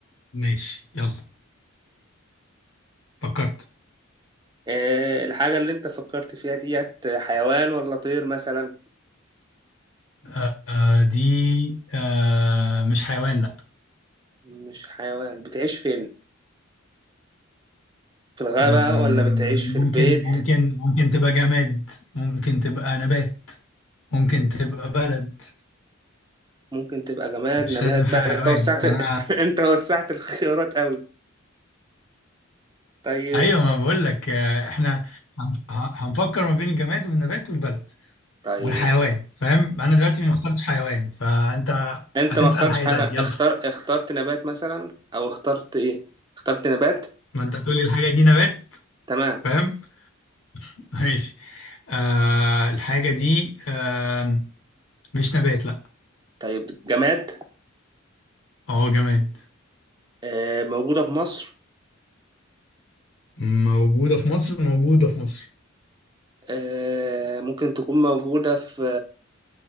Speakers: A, on the left; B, on the right.
A: ماشي يلا فكرت
B: آه، الحاجة اللي أنت فكرت فيها ديت حيوان ولا طير مثلا؟
A: آه آه، دي آه مش حيوان لا
B: مش حيوان بتعيش فين؟ في الغابة
A: مم،
B: ولا بتعيش في
A: ممكن
B: البيت؟
A: ممكن ممكن تبقى جماد ممكن تبقى نبات ممكن تبقى بلد
B: ممكن تبقى جماد
A: مش
B: نبات
A: لازم حيوان
B: بقى أنت وسعت
A: فانا
B: <laughs> أنت أنت وسعت الخيارات أوي طيب
A: ايوه ما بقول لك آه، احنا هنف- ه- هنفكر ما بين الجماد والنبات والبلد
B: طيب
A: والحيوان فاهم انا دلوقتي ما اخترتش حيوان فانت
B: أنت
A: هتسأل
B: ما اخترتش
A: حاجة
B: حاجة
A: تانية يلا
B: اختار اخترت نبات مثلا أو اخترت إيه؟ اخترت نبات
A: ما انت تقولي الحاجة دي نبات
B: تمام
A: فاهم <laughs> ماشي آه الحاجة دي آه مش نبات لا
B: طيب جماد
A: اه جماد
B: آه، موجودة في مصر
A: موجودة في مصر موجودة في مصر
B: آه، ممكن تكون موجودة في